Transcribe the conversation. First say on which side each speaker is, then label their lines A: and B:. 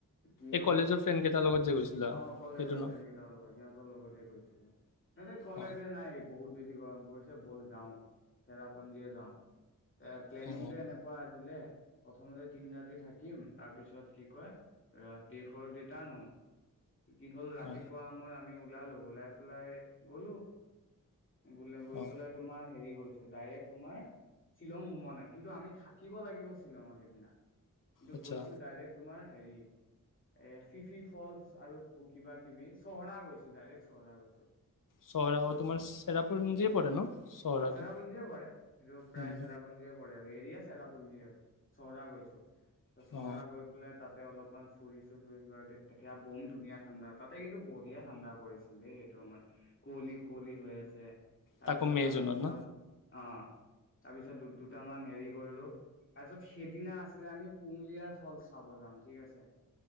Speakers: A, on the left (about 35°); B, on the left (about 65°).
A: কি
B: এই
A: হ'ল
B: কলেজৰ ফ্ৰেণ্ড কেইটাৰ লগ লগত যে গৈছিলা।
A: অ' কলেজৰ
B: সেইটো ন
A: ফ্ৰেণ্ড কেইটাৰ লগত সিহঁতৰ লগতে গৈছিলোঁ। সিহঁতে কলেজে
B: অ
A: নাই বহুত বেছি গৰম পৰিছে বল যাওঁ, চেৰাপুঞ্জীয়ে যাওঁ। প্লেনিংটো
B: অ
A: এনে কোৱা আছিলে প্ৰথমতে তিনি ৰাতি থাকিম, তাৰপিছত কি কয় ৰাতিপুৱা ৰিটাৰ্ণ হ'ম। কি হ'ল ৰাতিপুৱা
B: অ
A: সময়ত আমি ওলালো ওলাই পেলাই গ'লো বোলে গৈ
B: অ
A: পেলাই তোমাৰ হেৰি গৈছোঁ ডাইৰেক্ট তোমাৰ শ্বিলং সোমোৱা নাই, কিন্তু আমি থাকি থাকিব লাগিব শ্বিলঙত সেইদিনা কিন্তু
B: আচ্ছা
A: গৈছোঁ ডাইৰেক্ট তোমাৰ হেৰি এই ফিফি ফ'লচ আৰু কিবা কিবি চহৰা গৈছোঁ ডাইৰেক্ট চহৰা গৈছোঁ।
B: চহৰা অ' তোমাৰ চেৰাপুঞ্জী পৰে ন'? চহৰাটো
A: অ' চেৰাপুঞ্জীয়ে পৰে সেইটো প্ৰায়
B: উম
A: চেৰাপুঞ্জিয়ে পৰে আৰু এৰিয়া চেৰাপুঞ্জি আৰু। চহৰা গৈছোঁ। চহৰা
B: অ
A: গৈ পেলে তাতে অলপমান ফুৰিছোঁ চুৰিছো আৰু তেতিয়া বম ধুনীয়া ঠাণ্ডা তাতে কিন্তু বঢ়িয়া ঠাণ্ডা পৰিছে। এনেই সেইটো আমাৰ কুঁৱলি কুঁৱলি হৈ আছে তাৰপিছত
B: তাকো মে'
A: তাত
B: জুনত ন
A: অ' তাৰপিছত দু-দুটামান হেৰি কৰিলোঁ তাৰপিছত সেইদিনা আছিলে আমি পুঙলিয়াৰ ফলচ চাব যাম ঠিক আছে।